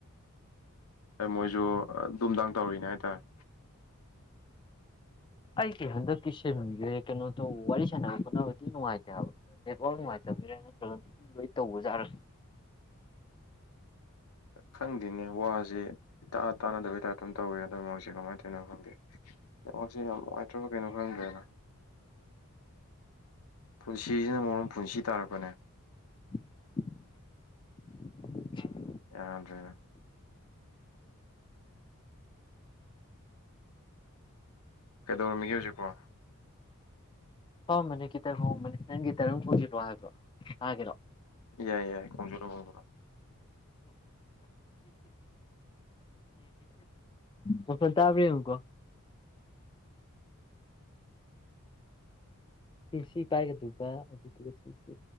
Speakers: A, on the left (about 80°); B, on the left (about 20°).
A: ꯃꯣꯏꯁꯨ ꯗꯨꯝꯗꯥꯡ ꯇꯧꯔꯤꯅꯦ ꯍꯥꯏꯇꯥꯔꯦ
B: ꯑꯩꯒꯤ ꯍꯟꯗꯛꯀꯤ ꯁꯤꯝꯁꯦ ꯀꯩꯅꯣ ꯇꯧ ꯋꯥꯔꯤ ꯁꯥꯟꯅꯕ ꯈꯣꯠꯅꯕ ꯊꯤ ꯅꯨꯡꯉꯥꯏꯇꯦ ꯍꯥꯏꯕ ꯅꯦꯠꯋꯥꯛ ꯅꯨꯡꯉꯥꯏꯇꯕꯤꯔ ꯅꯠꯇ꯭ꯔꯒ ꯂꯣꯏ ꯇꯧꯕꯖꯥꯔ
A: ꯈꯪꯗꯦꯅꯦ ꯋꯥꯁꯦ ꯏꯇꯥ ꯇꯥꯅꯗꯕꯩ ꯇꯥꯏꯞ ꯑꯗꯨꯝ ꯇꯧꯋꯦ ꯍꯟꯗꯛ ꯃꯔꯁꯦ ꯀꯃꯥꯏꯅ ꯇꯧꯅꯣ ꯈꯪꯗꯦ ꯅꯦꯋꯥꯛꯁꯦ ꯌꯥꯝ ꯅꯨꯡꯉꯥꯏꯇ꯭ꯔꯕ ꯀꯩꯅꯣ ꯈꯪꯗꯦꯗ ꯄꯨꯟꯁꯤꯁꯤꯅ ꯃꯔꯣꯝ ꯄꯨꯟꯁꯤ ꯇꯥꯔꯕꯅꯦ
B: <inaudible>
A: ꯌꯥꯗ꯭ꯔꯦ ꯀꯩꯗꯧꯔꯝꯃꯤꯒꯦ ꯍꯧꯖꯤꯛꯄꯣ
B: ꯄꯥꯝꯕꯅꯤ ꯈꯤꯇꯪ ꯍꯣꯡꯕꯅꯦ ꯅꯪꯒꯤ ꯇꯔꯪ ꯐꯣꯡꯁꯤꯜꯂꯣ ꯍꯥꯏꯕ꯭ꯔꯣ ꯀꯒꯤꯅꯣ
A: ꯌꯥꯏ ꯌꯥꯏ ꯀꯝꯖꯣꯔꯣ ꯀꯝꯖꯣꯔꯣ
B: ꯋꯥꯁ ꯋꯥꯜ ꯇꯥꯕ꯭ꯔ ꯑꯃꯨꯀꯣ ꯁꯤꯁꯤ ꯄꯥꯏꯒꯗꯕ ꯑꯗꯨꯗꯨꯒ ꯁꯤꯁꯤ